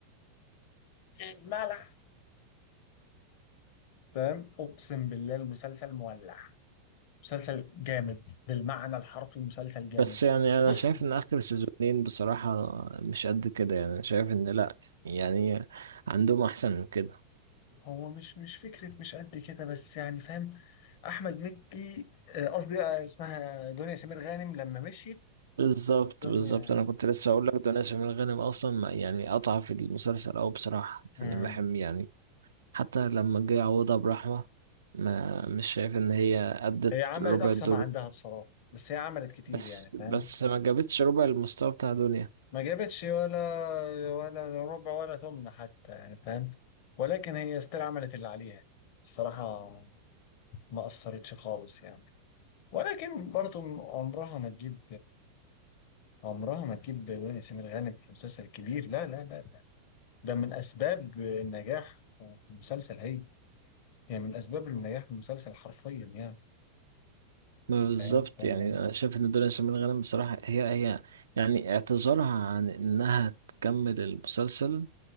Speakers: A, on the left; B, on the right.
A: الملح فاهم اقسم بالله المسلسل مولع مسلسل جامد بالمعنى الحرفي مسلسل جامد
B: بس يعني انا
A: بص
B: شايف ان اخر سيزونين بصراحة مش قد كده يعني أنا شايف ان لا يعني عندهم احسن من كده
A: هو مش مش فكرة مش قد كده بس يعني فاهم أحمد مكي آه، قصدي آه، اسمها دنيا سمير غانم لما مشيت
B: بالظبط
A: الدنيا
B: بالظبط انا كنت لسه اقول لك ده ناس من الغنم اصلا ما- يعني اضعف المسلسل او بصراحة
A: مم.
B: يعني بحب يعني حتى لما جه يعوضها برحمة ما مش شايف ان هي ادت
A: هي عملت
B: ربع
A: أقصى
B: الدور
A: ما عندها بصراحة بس هي عملت كتير
B: بس
A: يعني
B: بس
A: فاهم
B: ما جابتش ربع المستوى بتاع دنيا
A: ما جابتش ولا ولا ربع ولا ثمن حتى يعني فاهم ولكن هي استر عملت اللي عليها يعني. الصراحة ما أثرتش خالص يعني ولكن برضه عمرها ما تجيب عمرها ما تجيب دنيا سمير غانم في مسلسل كبير لا لا لا ده من اسباب النجاح في المسلسل هي يعني من اسباب النجاح في المسلسل حرفيا يعني
B: ما بالظبط
A: فاهم فما-
B: يعني انا شايف ان دنيا سمير غانم بصراحة هي هي يعني اعتذارها عن انها تكمل المسلسل